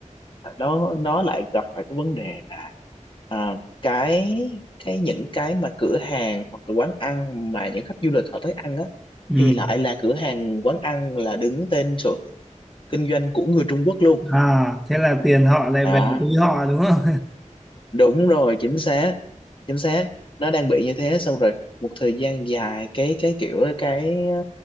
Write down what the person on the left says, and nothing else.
ờ, nó nó lại gặp phải cái vấn đề là ờ, cái cái những cái mà cửa hàng hoặc là quán ăn mà những khách du lịch họ tới ăn á
thì lại là cửa hàng quán ăn là đứng tên sổ kinh doanh của người Trung Quốc luôn
đó
đúng rồi chính xác chính xác nó đang bị như thế xong rồi một thời gian dài cái cái kiểu cái ờ,